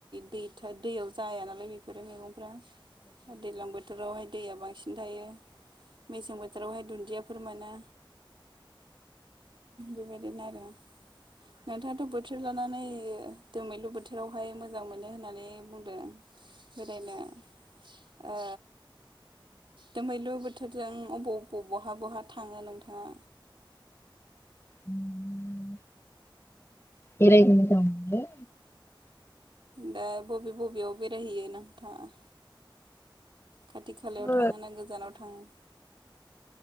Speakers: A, on the right; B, on the left.
A: दैथ दैयाव जाया नालाय बेफोरो मैगं फ्रा दैज्लां बोथोरावहाय दैया बांसिन थायो मेसें बोथोरावहाय दुन्दियाफोर मोनो बेबायदिनो आरो नोंथाङाथ' बोथोर लानानै दो दोमैलु बोथोरावहाय मोजां मोनो होननानै बुंदों बेरायनो ओ दोमैलु बोथोरजों अबाव अबाव बहा बहा थाङो नोंथाङा
B: उम बेरायनो मोजां मोनो
A: दा बबे बबेयाव बेराय हैयो नोंथाङा खाथि खालायाव
B: <inaudible>
A: थाङो ना गोजानाव थाङो